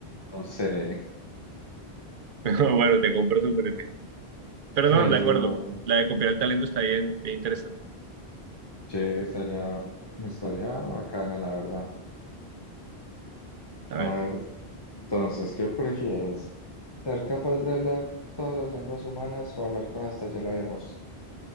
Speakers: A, on the left (about 25°); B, on the right (about 55°).
A: no sé,
B: Pero bueno, te compro su beneficio. Pero
A: pero
B: no, de acuerdo. La de copiar el talento está bien, bien interesante.
A: che, estaría, estaría bacana, la verdad.
B: A ver,
A: A ver, entonces, ¿qué prefieres? ¿Ser capaz de hablar todas las lenguas humanas o hablar con, hasta ya lo habíamos